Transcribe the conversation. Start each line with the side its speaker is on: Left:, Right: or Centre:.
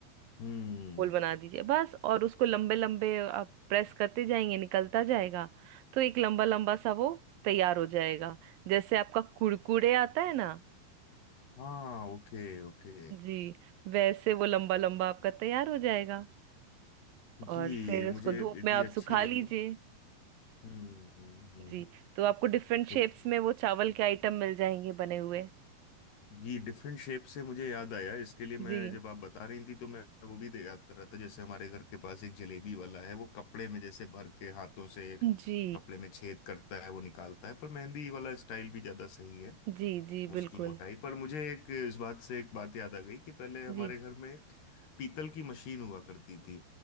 Left: हम्म
Right: गोल बना दीजिए बस और उसको लंबे लंबे आप प्रेस करते जाएंगे निकलता जाएगा तो एक लंबा लंबा सा वो तैयार हो जाएगा जैसे आपका कुरकुरे आता है ना
Left: हाँ ओके ओके
Right: जी वैसे वो लंबा लंबा आपका तैयार हो जाएगा
Left: जी
Right: और फिर
Left: ये मुझे
Right: उसको धूप
Left: यदि
Right: में आप
Left: अच्छी
Right: सुखा
Left: लगी
Right: लीजिए
Left: हम्म हम्म हम्म
Right: जी तो आपको डिफरेंट शेप्स
Left: क्योंकि
Right: में वो चावल के आइटम मिल जाएंगे बने हुए
Left: ये डिफरेंट शेप से मुझे याद आया इसके लिए मैं
Right: जी
Left: जब आप बता रही थी तो मैं वो भी दे- याद कर रहा था जैसे हमारे घर के पास एक जलेबी वाला है वो कपड़े में जैसे भर के हाथों से
Right: जी
Left: कपड़े में छेद करता है वो निकालता है पर मेहंदी वाला स्टाइल भी ज्यादा सही है
Right: जी जी
Left: उसकी
Right: बिल्कुल
Left: मोटाई पर मुझे एक इस बात से एक बात याद आ गई कि पहले हमारे
Right: जी
Left: घर में एक पीतल की मशीन हुआ करती थी